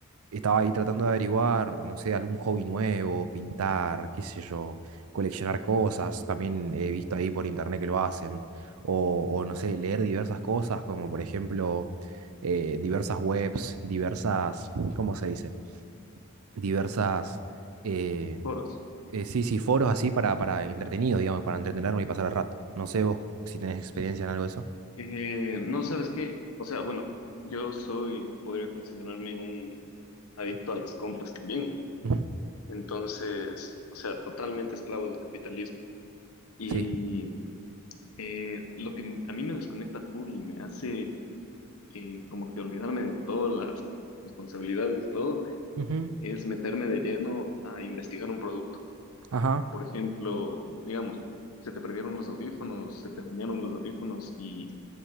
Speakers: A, on the right; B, on the left.
A: estaba ahí tratando de averiguar, no sé, algún hobby nuevo, pintar, qué sé yo, coleccionar cosas. También he visto ahí por internet que lo hacen. O, o no sé, leer diversas cosas, como por ejemplo eh, diversas webs, diversas, ¿cómo se dice? Diversas, eh,
B: foros.
A: eh, sí, sí, foros así para, para entretenidos, digamos, para entretenerme y pasar el rato. No sé vos si tenés experiencia en algo de eso.
B: Eh, no sabes qué, o sea, bueno, yo soy, podría considerarme un adicto a las compras también.
A: Ujú,
B: Entonces, o sea, totalmente esclavo del capitalismo. Y
A: Sí.
B: eh, lo que a mí me desconecta full y me hace eh, como que olvidarme de todas las responsabilidades y todo,
A: Ujú,
B: es meterme de lleno a investigar un producto.
A: Ajá.
B: Por ejemplo, digamos, se te perdieron los audífonos, se te dañaron los audífonos y